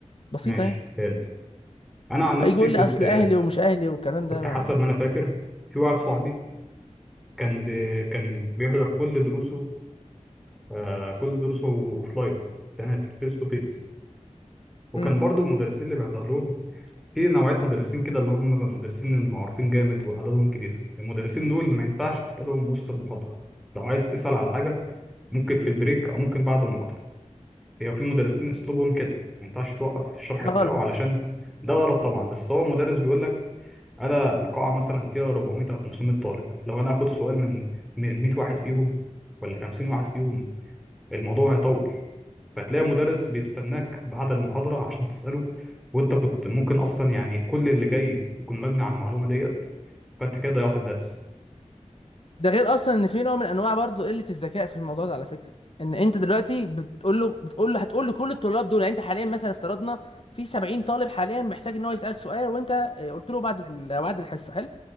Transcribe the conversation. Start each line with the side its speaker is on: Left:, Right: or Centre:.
Left: بسيطه
Centre: ماشي
Left: يعني
Centre: فهمت انا عن نفسي
Left: هيجي يقول
Centre: كنت
Left: لي اصل اهلي ومش اهلي والكلام
Centre: كنت
Left: ده ما...
Centre: حسب ما انا فاكر في واحد صاحبي كان بي... كان بيحضر كل دروسه آه كل دروسه اوفلاين سناتر فيس تو فيس وكان
Left: مم.
Centre: برضو المدرسين اللي بيحضر لهم في نوعيه مدرسين كده اللي هم مدرسين المعروفين جامد وعددهم كبير المدرسين دول ما ينفعش تسالهم وسط المحاضره لو عايز تسال على حاجه ممكن في البريك او ممكن بعد المحاضره هي في مدرسين اسلوبهم كده ما ينفعش توقف الشرح
Left: ده
Centre: بتاعه
Left: غلط
Centre: علشان ده غلط طبعا بس هو مدرس بيقول لك انا القاعه مثلا فيها 400 او 500 طالب لو انا اخد سؤال من من 100 واحد فيهم ولا 50 واحد فيهم الموضوع هيطول فتلاقي مدرس بيستناك بعد المحاضره عشان تساله وانت كنت ممكن اصلا يعني كل اللي جاي يكون مبني على المعلومه ديت فانت كده ضيعت الدرس
Left: ده غير اصلا ان في نوع من انواع برضو قله الذكاء في الموضوع ده على فكره ان انت دلوقتي بتقول له بتقول له هتقول له كل الطلاب دول يعني انت حاليا مثلا افترضنا في 70 طالب حاليا محتاج ان هو يسالك سؤال وانت آه، قلت له بعد ال- بعد الحصه حلو